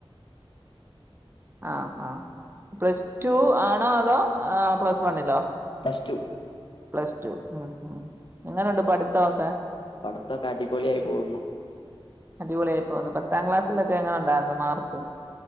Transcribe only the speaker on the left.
പ്ലസ് റ്റു
പഠിത്തൊക്കെ അടിപൊളിയായി പോകുന്നു
ഉം